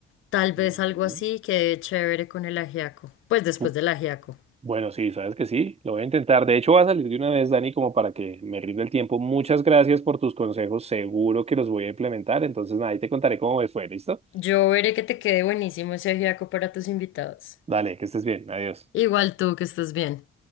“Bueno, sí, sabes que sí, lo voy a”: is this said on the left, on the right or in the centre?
Right